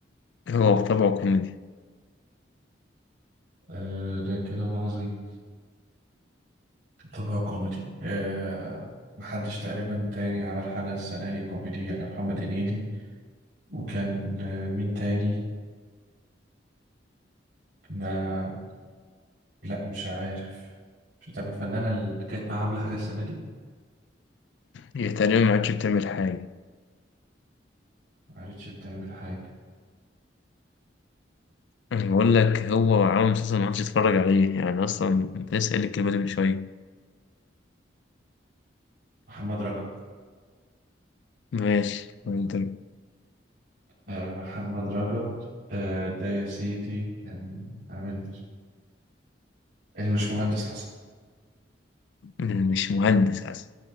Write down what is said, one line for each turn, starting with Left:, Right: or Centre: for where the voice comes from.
Left: هو بطبعه كوميدي
Right: آه ده كلام عظيم بطبعه كوميدي آه محدش تقريبا تاني عمل حاجة السنة دي كوميدي إلا محمد هنيدي وكان آه مين تاني ما لا مش عارف مش طب الفنانة اللي كانت بقى عاملة حاجة السنة دي
Left: هي تقريبا ما عادش بتعمل حاجة
Right: معرفتش بتعمل حاجة
Left: أنا بقول لك هو عامل مسلسل ما عادش تتفرج عليه يعني أصلا أنت لسه قايل الكلمة دي من شوية
Right: محمد رجب
Left: ماشي وأنت
Right: آه، محمد رجب آه، ده يا سيدي كان عامل المش مهندس حسن
Left: مش مهندس أصلا